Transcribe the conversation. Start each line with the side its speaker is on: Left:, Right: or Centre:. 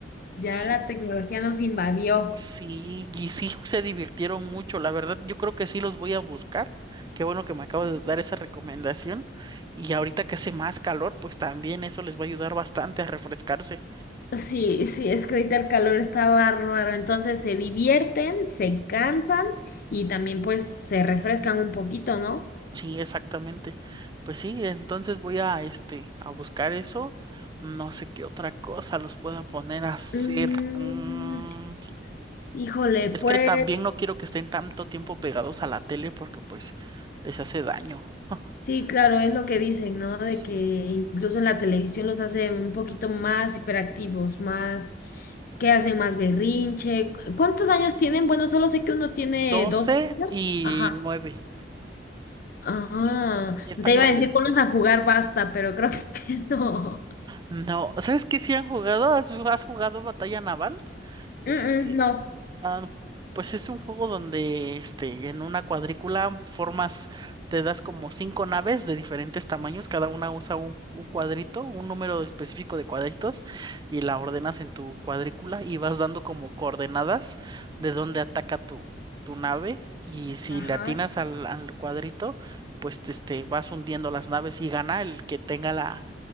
Left: Ya
Right: sí.
Left: la tecnología nos invadió.
Right: Sí, y sí se divirtieron mucho. La verdad, yo creo que sí los voy a buscar. Qué bueno que me acabas de dar esa recomendación. Y ahorita que hace más calor, pues también eso les va a ayudar bastante a refrescarse.
Left: Sí, sí, es que ahorita el calor está bárbaro, entonces se divierten, se cansan y también pues se refrescan un poquito, ¿no?
Right: Sí, exactamente. Pues sí, entonces voy a este a buscar eso. No sé qué otra cosa los pueda poner a hacer.
Left: Mm,
Right: Mm,
Left: híjole,
Right: es
Left: pues
Right: que también no quiero que estén tanto tiempo pegados a la tele porque pues les hace daño. <laughs>
Left: sí, claro, es lo
Right: Sí,
Left: que dicen, ¿no? De
Right: sí.
Left: que incluso en la televisión los hace un poquito más hiperactivos, más, que hacen más berrinche. ¿Cu- ¿Cuántos años tienen? Bueno, solo sé que uno tiene
Right: doce
Left: 12 años.
Right: y
Left: Ajá.
Right: nueve
Left: Ah,
Right: Mm, Ya están
Left: te
Right: grandecitos.
Left: iba a decir, pones a jugar basta, pero creo que <laughs> no.
Right: No, ¿sabes qué? Si han jugado, ¿has, has jugado Batalla Naval? Este,
Left: Mm, mm, no.
Right: Ah, pues es un juego donde este, en una cuadrícula formas, te das como cinco naves de diferentes tamaños, cada una usa un, un cuadrito, un número específico de cuadritos, y la ordenas en tu cuadrícula y vas dando como coordenadas de dónde ataca tu, tu nave, y si
Left: Ajá.
Right: le atinas al, al cuadrito, pues te- este, vas hundiendo las naves y gana el que tenga la,